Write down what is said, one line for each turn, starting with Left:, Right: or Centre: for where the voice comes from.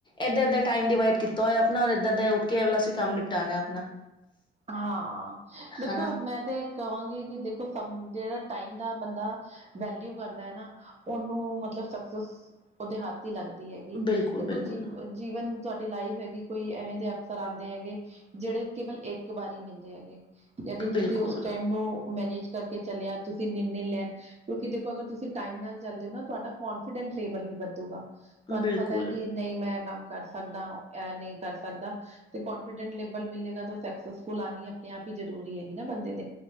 Left: ਏਦਾਂ ਏਦਾਂ ਟਾਈਮ ਡਿਵਾਈਡ ਕੀਤਾ ਆਪਣਾ ਔਰ ਇਦਾ ਇਦਾ ਉੱਠ ਕੇ ਐ ਵਾਲਾ ਅਸੀਂ ਕੰਮ ਨਿਪਟਾਨਾ ਆਪਣਾ
Right: ਹਾਂ ਦੇਖੋ
Left: ਹਨਾ
Right: ਮੈਂ ਤੇ ਕਹਾਂਗੀ ਕਿ ਦੇਖੋ ਸਮ ਜਿਹੜਾ ਟਾਈਮ ਦਾ ਬੰਦਾ ਵੈਲਿਊ ਕਰਦਾ ਹੈ ਨਾ ਉਹਨੂੰ ਮਤਲ ਸੁਕਸੈਸ ਉਹਦੇ ਹੱਥ ਹੀ ਲੱਗਦੀ ਹੈਗੀ
Left: ਬਿਲਕੁਲ
Right: ਦੇਖੋ
Left: ਬਿਲਕੁਲ
Right: ਜੀਵ ਜੀਵਨ ਤੁਹਾਡੀ ਲਾਈਫ ਹੈਗੀ ਕੋਈ ਐਵੇਂ ਦੇ ਅਫਸਰ ਆਂਦੇ ਹੈਗੇ, ਜਿਹੜੇ ਕੇਵਲ ਇੱਕ ਵਾਰੀ ਮਿਲਦੇ ਹੈਗੇ। ਜਦ
Left: ਬਿਲਕੁਲ
Right: ਤੁਸੀਂ ਉਸ ਟਾਈਮ ਨੂੰ ਮੈਨੇਜ ਕਰਕੇ ਚਲਿਆ ਤੁਸੀਂ <unintelligible> ਲੈਣ ਕਿਉਂਕਿ ਦੇਖੋ ਅਗਰ ਤੁਸੀਂ ਟਾਈਮ ਨਾਲ ਚੱਲਦੇ ਹੋ ਨਾ ਤੁਹਾਡਾ ਕੋਂਫੀਡੈਂ ਲੇਬਲ ਵੀ ਵੱਧੂਗਾ। ਤੁਹਾਨੂੰ
Left: ਬਿਲਕੁਲ
Right: ਪਤਾ ਏ ਕਿ ਨਹੀਂ ਮੈਂ ਕੰਮ ਕਰ ਸਕਦਾ ਏ ਨਹੀਂ ਕਰ ਸਕਦਾ ਤੇ ਕੋਂਨਫੀਡੈਂਟ ਲੈਬਲ ਮਿਲੇਗਾ ਤੇ ਸਕਸੈਸਫੁੱਲ ਆਂਣੀ ਆਪਣੇ ਆਪ ਹੀ ਜ਼ਰੂਰੀ ਹੈਗੀ ਨਾ ਬੰਦੇ ਨ